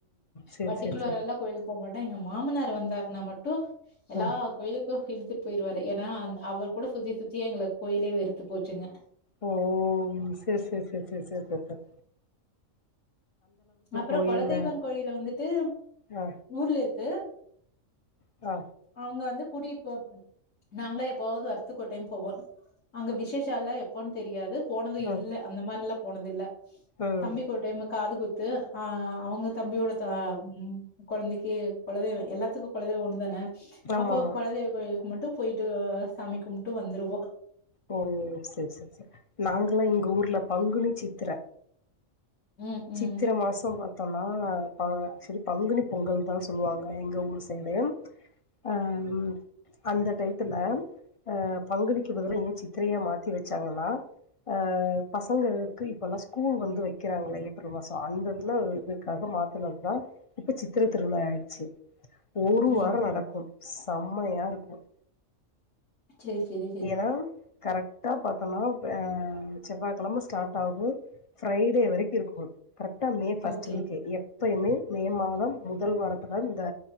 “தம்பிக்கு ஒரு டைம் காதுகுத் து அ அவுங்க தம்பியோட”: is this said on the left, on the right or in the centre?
Left